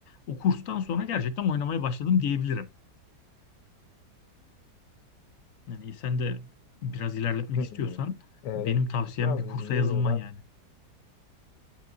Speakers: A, on the left; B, on the left.
A: O kurstan sonra gerçekten oynamaya başladım diyebilirim. Yani sen de biraz ilerletmek
B: Hmm.
A: istiyorsan
B: Ee,
A: benim tavsiyem
B: Emre abi
A: bir kursa
B: dediğim
A: yazılman
B: gibi ben
A: yani.